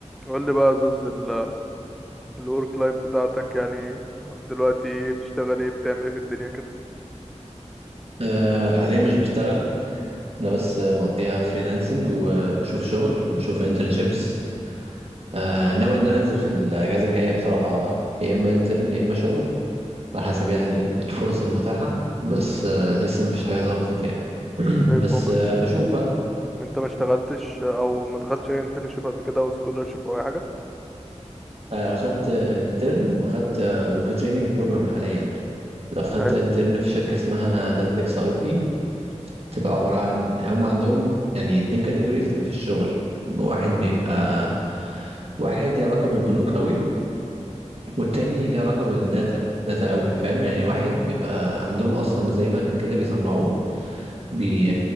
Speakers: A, in the centre; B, on the right (about 55°).
A: قول لي بقى يا زوز ال الورك لايف بتاعتك يعني دلوقتي ايه بتشتغل ايه بتعمل ايه في الدنيا كده
B: أه حاليا مش بشتغل انا بس آه، مقضيها فريلانسنج وبشوف شغل وبشوف انترنشيبس أه ناوي ان انا انزل في الاجازه الجايه بصراحه يا اما انترن يا اما شغل على حسب يعني الفرص المتاحه بس أه لسه مفيش حاجه ظبطت يعني <clears throat>
A: طيب
B: بس
A: هو
B: أه
A: انت
B: بشوف بقى
A: انت ما اشتغلتش او ما دخلتش اي انترنشيب قبل كده او سكولرشيب او اي حاجه
B: آه، اخدت انترن واخدت آه، وفي تريننج بروجرام حاليا اخدت
A: حلو
B: انترن في شركه اسمها دالتكس اي تي بتبقى عباره عن هم عندهم يعني اتنين كاتيجوريز في الشغل واحد بيبقى واحد ليه علاقة بالبنوك قوي والتاني ليه علاقة بالداتا داتا قوي فاهم يعني واحد بيبقى عندهم اصلا زي مكن كده بيصنعوه بي...